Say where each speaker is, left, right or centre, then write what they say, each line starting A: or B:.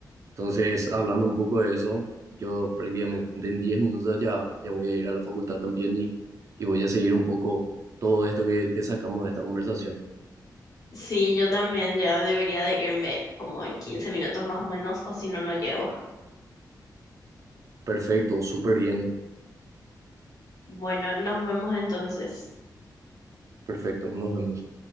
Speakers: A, on the right; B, on the left.
A: Entonces, hablando un poco de eso, yo prácticamente en 10 minutos ya, ya voy a ir a la facultad también y, y voy a seguir un poco todo esto que, que sacamos de esta conversación.
B: Sí, yo también ya debería de irme como en 15 minutos más o menos, o si no, no llego.
A: Perfecto, súper bien,
B: Bueno, nos vemos entonces.
A: perfecto, nos vemos.